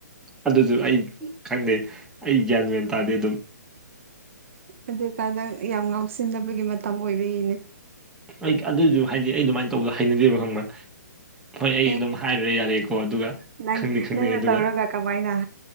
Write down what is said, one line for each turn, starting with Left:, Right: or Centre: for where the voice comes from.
Centre: ꯑꯗꯨꯁꯨ ꯑꯩ ꯈꯪꯗꯦ ꯑꯩ ꯒ꯭ꯌꯥꯟ ꯃꯦꯟ ꯇꯥꯗ‌ꯦ ꯑꯗꯨꯝ
Right: ꯑꯗꯨꯏꯀꯥꯟꯗ ꯌꯥꯝ ꯉꯥꯎꯁꯤꯟꯅꯕꯒꯤ ꯃꯇꯝ ꯑꯣꯏꯕꯩꯅꯤꯅꯦ꯫
Centre: ꯑꯩ ꯑꯗꯨꯁꯨ ꯍꯥꯏꯗꯤ ꯑꯩ ꯑꯗꯨꯃꯥꯏꯅ ꯇꯧꯕꯗ ꯍꯩꯅꯗꯦꯕ ꯈꯪꯕ꯭ꯔꯥ ꯍꯣꯏ ꯑꯩ
Right: ꯑꯦ
Centre: ꯑꯗꯨꯝ ꯍꯥꯏꯔꯨꯔ ꯌꯥꯔꯦꯀꯣ ꯑꯗꯨꯒ
Right: ꯅꯪ
Centre: ꯈꯪꯅꯤ ꯈꯪꯅꯩ
Right: ꯅꯪꯅ
Centre: ꯑꯗꯨꯒ
Right: ꯇꯧꯔꯒ ꯀꯃꯥꯏꯅ